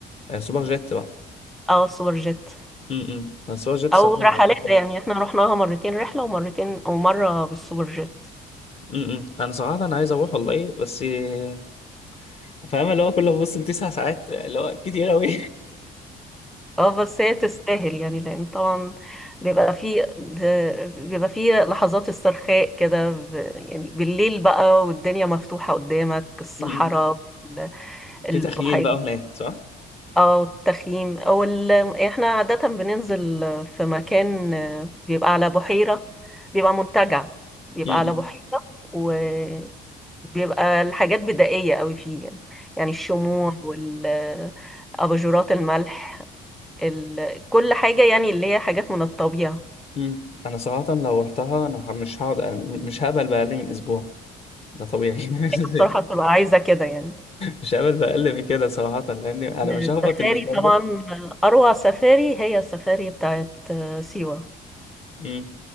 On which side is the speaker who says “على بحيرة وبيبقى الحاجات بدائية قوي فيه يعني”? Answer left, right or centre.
Centre